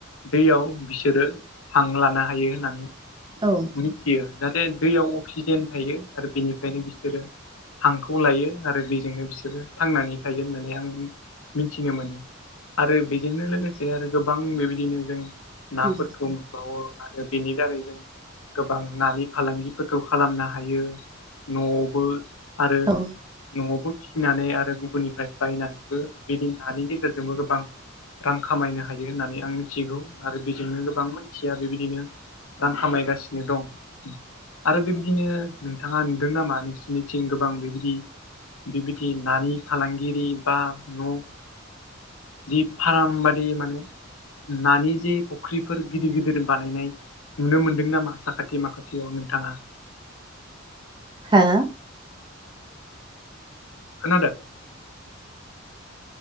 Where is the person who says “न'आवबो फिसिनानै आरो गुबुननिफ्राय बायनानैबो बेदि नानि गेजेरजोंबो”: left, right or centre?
Left